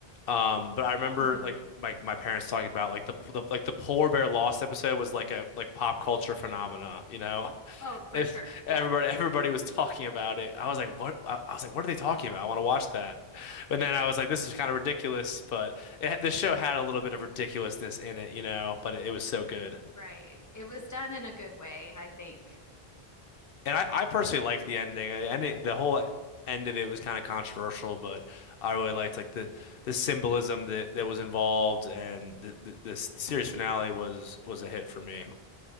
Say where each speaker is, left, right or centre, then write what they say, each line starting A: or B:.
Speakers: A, on the left; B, on the left.
A: Um, but I remember
B: Mhm.
A: like my my parents talking about like the, the like the polar bear lost episode was like a like pop culture phenomena, you know? <laughs>
B: Oh, for
A: If
B: sure.
A: everybody
B: Yeah.
A: everybody was talking about it, I was like, what? I, I was like, what are they talking about? I want to watch that. But then I was like, this is kind of ridiculous. But it, the show had a little bit of ridiculousness in it, you know? But it, was so good.
B: Right. It was done in a good way, I think.
A: And I, I personally liked the ending. The ending, the whole end of it was kind of controversial, but I really liked like the the symbolism that, that was involved, and the, the the s- series finale was was a hit for me.